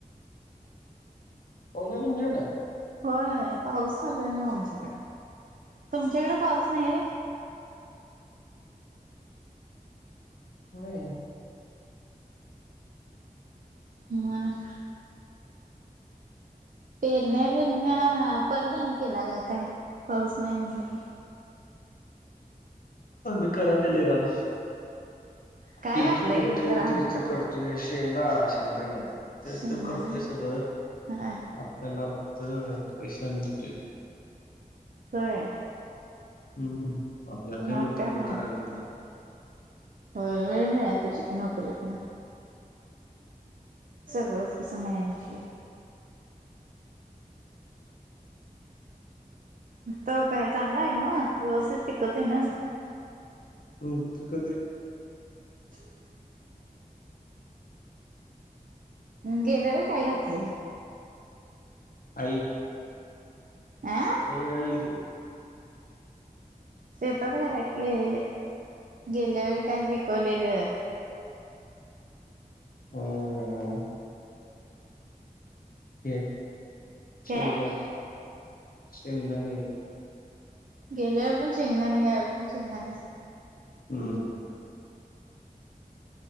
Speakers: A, on the left (about 75°); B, on the right (about 65°).
A: आहे तुमच्याकडे?
B: होय पाऊस चालू हाय नव आमच्याकडे. तुमच्याकडे पाऊस नाही होय?
A: नाही रे
B: मग पेरण्या बिर्याणी परदानी केला का काय पाऊस नाही म्हणलं.
A: अ मी करा तेले राम
B: काय
A: फिरतो
B: घातलंय
A: फिरतोय
B: तुमच्या रानात
A: तेच ते
B: आता
A: करतोय शेंगा शेंगताना. तेच
B: शेंगदाणा
A: ते करतोय सगळं
B: हा
A: त्याना फक्त पैसे आणू देती.
B: काय
A: हम्म आपल्याला काही
B: मग
A: नोकरी
B: काय भारी
A: न कराय होतय.
B: होय वेळ मिळाल त्याशिवाय कीय करीत नाही. सगळंच कसं मला मच होईल. तो काय चांगला आहे नव्ह म व्यवस्थित टिकवतोय नव्ह.
A: हो ते कधी आहे.
B: हो गेल्या वेळी काय घातलेलं.
A: आई
B: आं आ
A: ऐ आई ग.
B: येतात काय की गेल्या वेळी काय विकवलेलं.
A: हम्म... हे
B: काय
A: शेंगदा शिंगदाने
B: गेल्यावर पण शकणार नाही यावर पण शेंगदाणे नाही.
A: हम